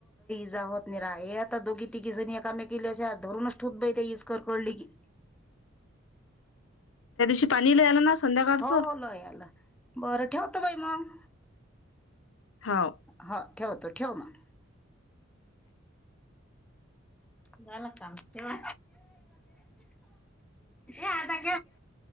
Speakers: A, in the centre; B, on the left.
A: जा होत निर्हायत दोघी तिघी जणी एकामेकिला शा धरूनच ठोत बइ इज कडकडली कि <inaudible>
B: शी पाणी लि्यायला ना संध्याकाळचं
A: हो ल याला बर ठेवतो बाई मग
B: हाव
A: हा ठेवतो ठेव मग झालं काम ठेवा <inaudible> आता